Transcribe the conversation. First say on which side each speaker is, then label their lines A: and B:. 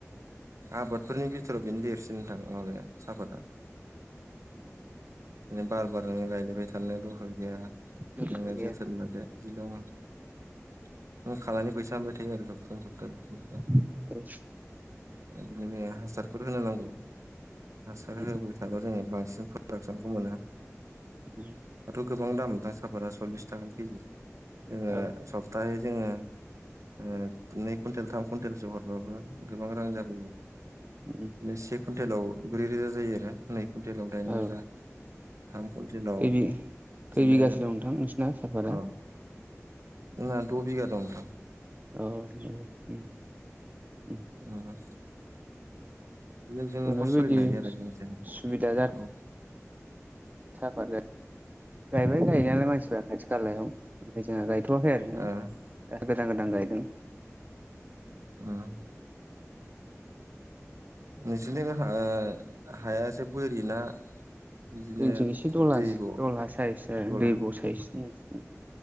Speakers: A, on the right (about 70°); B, on the right (about 35°).
A: आबादफोरनि बिथोराव बेनो देरसिन दां माबाया साफादा। माने बार बार नोङो गायलायबाय थानो दखार गैया नोङो
B: दरखार गैया
A: जोथोन लादो बिदिल' नों खानानै फैसा मोनबाय थायो आरो सपतायै सपता
B: <unintelligible>
A: बिदिनो जोङो हासारफोर होनो नांगौ हासार
B: उम
A: होबाय थाबा जोङो बांसिन फ प्रदाकसनखौ मोनो।
B: उम।
A: दाथ' गोबां दाम दा साफाता सल्लिस थाखा केजि जोङो
B: औ
A: सब प्राय जोङो ओ नै कुवन्टेल थाम कुइन्टेलसो हरबाबो गोबां रां जाबोयो बिदिनो
B: उम
A: से कुइन्टेलाव ब्रै रोजा जायो आरो। नै कुटेलाव दायन
B: औ
A: रोजा। थाम कुनतेलाव
B: खै
A: बिदिनो
B: बि खै बिगासो दं नोंथां नोंसिना साफाता
A: औ जोंना द' बिगा दं नोंथां।
B: औ नंगौ उम। उम
A: ओ ओ बिजोंनो
B: जोंना
A: न'खर
B: बेबायदि
A: सोलिनो हायो आरो जेनथेन
B: सुबिदा
A: औ।
B: साहाफात गायबाय गायो नालाय मानसिफ्रा खाथि खालायाव। ओमफ्राय जोंहा गायथ'वाखै आरोना
A: औ
B: दा गोदान गोदान गायदों।
A: उम। नोंसोरनिथिं ओ हाया एसे बोरि ना बिदिनो
B: जोंथिं एसे दला
A: दैब
B: दला साइस आरो
A: दलहा?
B: दैब' साइस उम